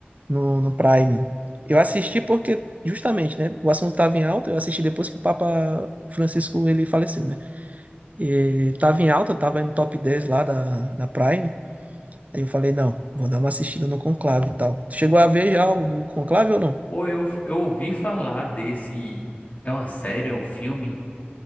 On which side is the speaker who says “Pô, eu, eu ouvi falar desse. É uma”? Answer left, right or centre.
Left